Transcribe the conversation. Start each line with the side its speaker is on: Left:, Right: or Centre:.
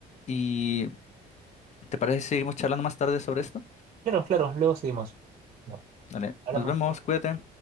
Left: ¿Y te parece si seguimos charlando más tarde sobre esto?
Right: Claro, claro, luego seguimos. Bueno,
Left: Dale,
Right: hablamos.
Left: nos vemos, cuídate.